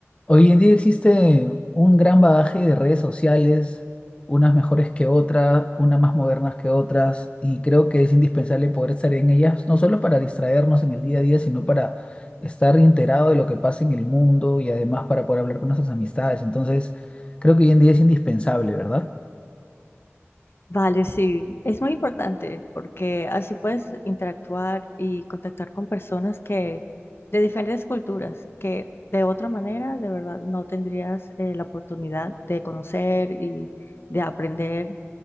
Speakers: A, on the left (about 25°); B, on the left (about 55°).
A: Hoy en día existe un gran bagaje de redes sociales, unas mejores que otras, unas más modernas que otras, y creo que es indispensable poder estar en ellas, no solo para distraernos en el día a día, sino para estar enterado de lo que pasa en el mundo y además para poder hablar con nuestras amistades. Entonces, creo que hoy en día es indispensable, ¿verdad?
B: Vale, sí, es muy importante porque así puedes interactuar y contactar con personas que de diferentes culturas que de otra manera de verdad no tendrías eh, la oportunidad de conocer y de aprender.